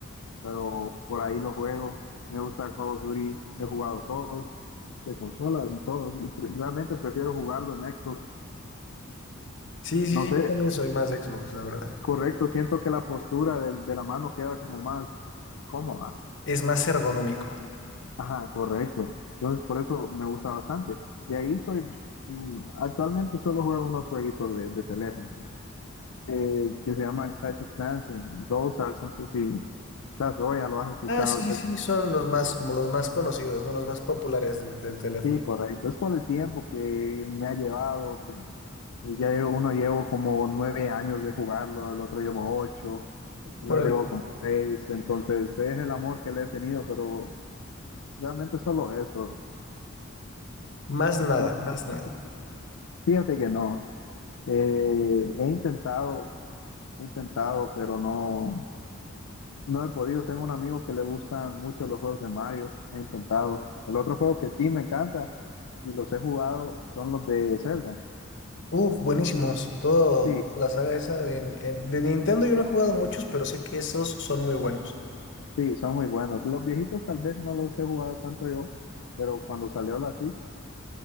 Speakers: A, on the left (about 85°); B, on the left (about 55°).
A: pero por ahí lo juego. Me gusta Call of Duty, he jugado todos, de consola, en todos. Y pre- Realmente prefiero jugarlo en Xbox.
B: Sí, sí,
A: No
B: sí, yo
A: sé,
B: también soy más de Xbox, la verdad.
A: correcto, siento que la postura del- de, la mano queda como más cómoda.
B: Es más ergonómico.
A: Ajá, correcto. Entonces, por eso me gusta bastante. De ahí soy, mm, actualmente solo juego unos jueguitos de, de teléfono eh, que se llaman Clash of Clans, en Dosas, no sé si Clash Royale lo has escuchado.
B: Ah, sí,
A: o
B: sí, sí, son los más, como los más conocidos, ¿no? Los más populares de- del teléfono.
A: Sí, correcto. Es por el tiempo que me ha llevado. te- eh, ya llevo- uno llevo como nueve años de jugarlo, el otro llevo ocho, el
B: Órale.
A: otro llevo como seis. Entonces, es el amor que le he tenido, pero realmente solo eso.
B: Más nada,
A: So-
B: más nada.
A: fíjate que no. Eh, he intentado, he intentado, pero no, no he podido. Tengo un amigo que le gustan mucho los juegos de Mario. He intentado. El otro juego que sí me encanta y los he jugado son los de Zelda.
B: Uf, buenísimos. Todo,
A: Sí,
B: toda la saga esa de, eh, de Nintendo yo no he jugado muchos, pero sé que esos son muy buenos.
A: sí, son muy buenos. Los viejitos tal vez no los he jugado tanto yo, pero cuando salió la Switch,